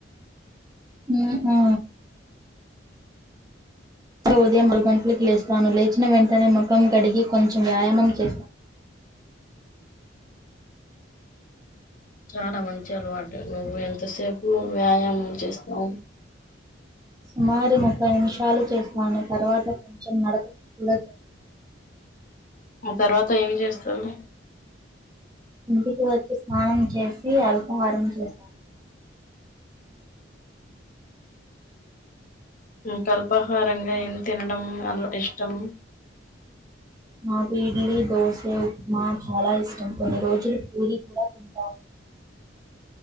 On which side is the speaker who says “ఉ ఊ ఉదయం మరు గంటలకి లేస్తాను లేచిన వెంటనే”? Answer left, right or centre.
Right